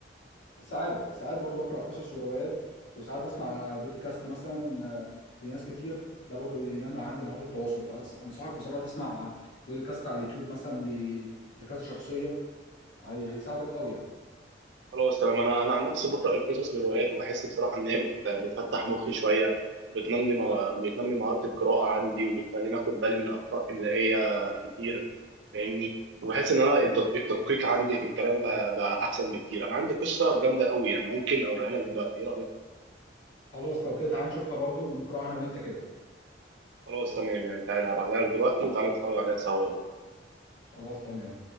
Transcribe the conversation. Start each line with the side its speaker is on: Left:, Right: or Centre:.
Left: ساعات ساعات برضو بقرأ قصص وروايات وساعات بسمع بودكاست مثلا آه، لناس كتير ده برضو بينمي عندي مهارة التواصل فأنصحك بصراحة تسمع بودكاست على اليوتيوب مثلا ل... لكذا شخصية هي... هيساعدك قوي يعني
Right: خلاص تمام انا انا عن نفسي بقرا القصص والروايات وبحس بصراحه ان هي بت... بتفتح مخي شويه وبتنمي مو... بتنمي مهاره القراءه عندي وبتخليني اخد بالي من اخطاء املائيه كتير فاهمني وبحس ان انا الدق... التدقيق عندي في الكلام بقى... بقى احسن بكتير انا عندي قصه جامده قوي يعني ممكن اوريها لك دلوقتي ايه رايك
Left: خلاص لو كده تعال نشوفها برضو ونقرأها أنا وأنت كده
Right: خلاص تمام يعني تعالى هبعتها لك دلوقتي وتعالى نتفرج عليها سوا
Left: خلاص تمام يلا